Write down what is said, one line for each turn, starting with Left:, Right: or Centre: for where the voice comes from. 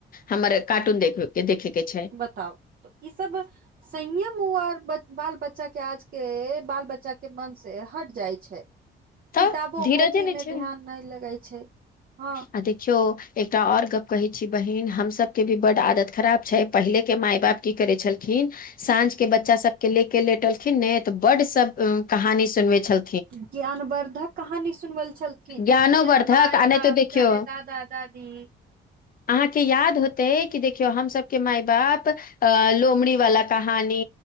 Left: हमर कार्टून देखे के छै।
Right: बताउ त ई सब संयम उ आर बाल बच्चा के आज के बाल बच्चा के मन से हट जाइ छै।
Left: तऽ
Right: किताबो
Left: धीरजे
Right: कॉपी
Left: नहि
Right: मे
Left: छै
Right: ध्यान नहि लगै छै। हँ
Left: आ देखयो। एकटा आओर गप्प कहै छी बहिन हमसके भी बड्ड आदत खराब छै पहिलेके माय बाप की करै छलखिन। साँझ के बच्चा सबके ले के लेटलखिन ने तऽ बड सब कहानी सुनवे छल
Right: ज्ञानवर्द्धक कहानी सुनवल छलखिन
Left: ज्ञानोवर्धक
Right: जेना माय
Left: आ
Right: बाप।
Left: नहि तऽ देखियौ
Right: चाहे दादा दादी।
Left: अहाँके याद होतै कि देखियौ हमसभके माय बाप। अ लोमड़ी वाला कहानी